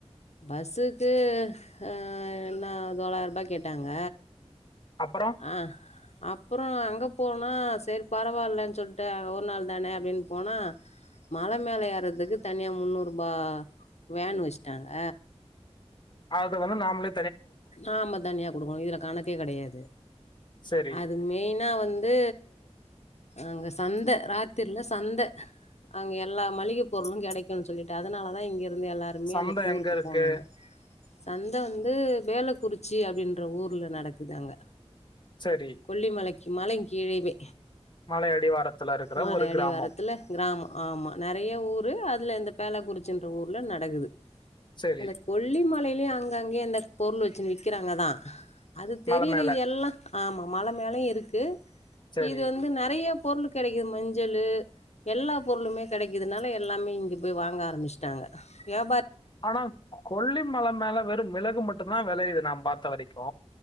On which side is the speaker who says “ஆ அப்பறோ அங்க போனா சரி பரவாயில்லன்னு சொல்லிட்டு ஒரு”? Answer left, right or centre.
Left